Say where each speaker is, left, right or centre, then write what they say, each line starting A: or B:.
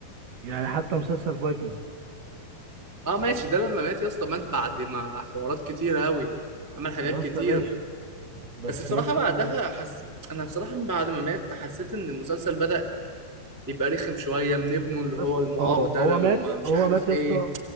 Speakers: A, on the right (about 65°); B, on the right (about 20°).
A: يعني حتى مسلسل فايكنجز
B: اه ماشي ده لما مات يا اسطى مات بعد ما حوارات كتير قوي عمل حاجات
A: يا
B: كتير
A: اسطى ماشي بس
B: بس بصراحة
A: مات فين
B: بعدها
A: بقى؟
B: حس... أنا بصراحة من بعد ما مات حسيت إن المسلسل بدأ يبقى رخم شوية من ابنه اللي
A: بس
B: هو المعاق
A: اه
B: ده
A: هو
B: لما
A: مات
B: مش
A: هو
B: عارف
A: مات يا
B: إيه
A: اسطى